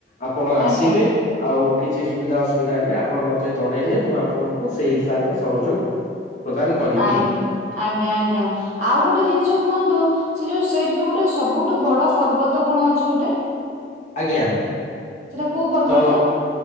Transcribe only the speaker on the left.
ଆପଣ ଆସିବେ
ଆଉ କିଛି ସୁବିଧା ଅ ସୁବିଧା ହେଲେ ଆପଣ ମତେ ଜଣେଇଲେ ମୁଁ ଆପଣଙ୍କୁ ସେଇ ହିସାବରେ ସହଯୋଗ ପ୍ରଦାନ କରିବି
ଆଜ୍ଞା
ତ